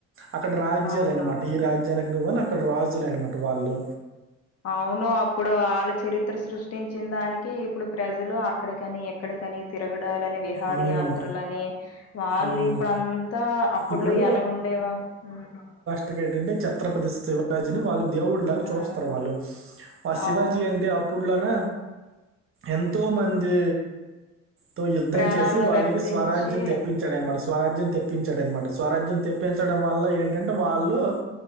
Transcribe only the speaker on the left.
అవునవును
అవును అప్పుడు వాళ్ళ చరిత్ర సృష్టించిన దానికి ఇప్పుడు ప్రజలు అక్కడికని ఎ క్కడికని తిరగడాలని విహార
యాత్రలని వాళ్ళు
ఇప్పుడంతా అప్పట్లో
ఎలాగ ఉండేవారు ఉమ్మ్
ఆ
అవును
ప్రాణాలను
రక్షించి